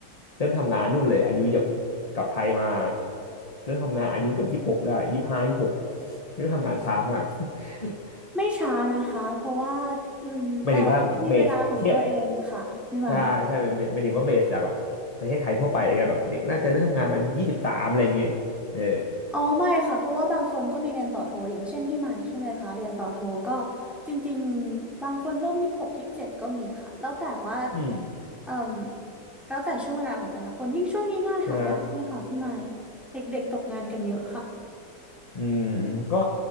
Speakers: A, on the left; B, in the centre.
A: เริ่มทำงานนู่นเลย อายุแบบกลับไทยมาเริ่มทำงานอายุเกือบยี่สิบหกได้ยี่สิบห้ายี่สิบหกอ่ะเริ่มทำงานช้ามาก <laughs>
B: ไม่ช้านะคะเพราะว่า
A: หมายถึงว่าเบสเทียบ
B: แต่ละคนมีเวลาของตัวเองค่ะพี่หมาย
A: ใช่ใช่หมายหมายหมายถึงว่าเบสจากแบบประเทศไทยทั่วไปอะไรเงี้ยแบบเด็กน่าจะเริ่มทำงานมันยี่สิบสามอะไรอย่างเงี้ยเออ
B: อ๋อไม่ค่ะเพราะว่าบางคนก็มีเรียนต่อโทอย่างเช่นพี่ไม้ใช่ไหมคะเรียนต่อโทก็จริงๆบางคนเริ่มยี่สิบหกยี่สิบเจ็ดก็มีค่ะแล้วแต่ว่า
A: อืม
B: เอ่มแล้วแต่ช่วงเวลาของแต่ละคนยิ่งช่วงนี้งานหายากเนี่ยค่ะพี่ไม้
A: ใช่
B: เด็กๆตกงานกันเยอะค่ะ
A: อืมก็